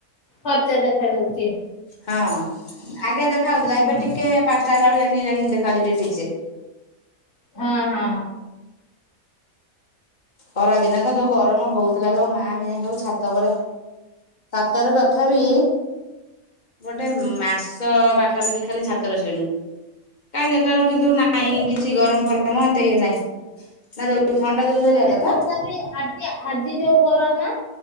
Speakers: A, on the left; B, on the left.
A: ଫର୍ଚ୍ଚା ଦେଖା ଯାଉଛି।
B: ହଁ ଆଗେ ଦେଖା ହଉଥିଲା
A: ହୁଁ
B: ଏବେ ଟିକେ ପାଞ୍ଚଟା ହେଲା ବେଳକୁ ଜାଣିକି ଦେଖାାଉଉଛି ଟିକେ ଠିକ ସେ।
A: ହଁ ହଁ।
B: ଖରାଦିନେ ତ ଯୋଉ ଗରମ ହଉଥିଲା ଲୋ ମାଆ ଆମେ ଯାଇଁକି ସବୁ ଛାତ ଉପରେ ଛାତରେ ତଥାପି ଗୋଟେ ମାସ ପାଖାପାଖି ଖାଲି ଛାତରେ ସୋଇନୁ କାଇଁ ଦେଖିଲା ବେଳକୁ କିନ୍ତୁ
A: ତମେ
B: କିଛି ଗରମ ଫରମ। ମ ଏତେ ଇଏ ନାଇଁ ନା ଯଉ ଥଣ୍ଡା ଧରିବା
A: ନାଇ
B: କଥା
A: ତଥାପି ଆଜି ଆଜି ଯୋଉ ଗରମ